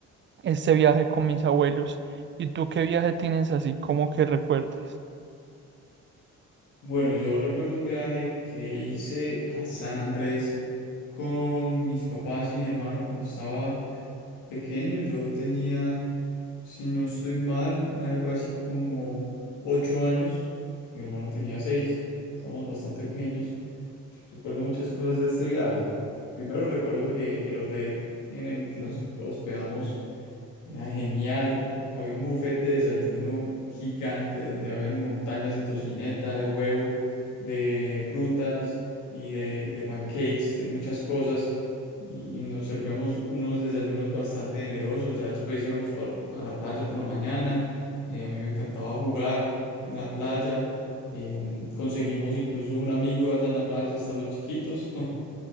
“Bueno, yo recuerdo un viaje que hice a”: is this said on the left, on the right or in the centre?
Left